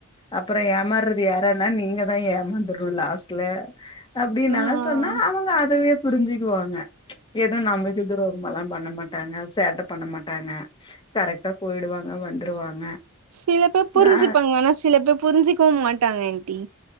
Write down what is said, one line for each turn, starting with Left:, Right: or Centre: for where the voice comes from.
Left: அப்புறோ ஏமாற்றது யாரன்னா நீங்கதா ஏமாந்துர்னு லாஸ்ட்ல அப்டின்னல்லா
Right: ஆ
Left: சொன்னா அவுங்க அதவே புரிஞ்சுக்குவாங்க எது நமக்கு துரோகமல்லா பண்ண மாட்டாங்க சேட்ட பண்ண மாட்டாங்க கரெக்ட்டா போய்டுவாங்க வந்துருவாங்க
Right: சில பேர் புரிஞ்சுப்பாங்க
Left: ஆ
Right: ஆனா சில பேர் புரிஞ்சிக்குவு மாட்டாங்க ஆன்டி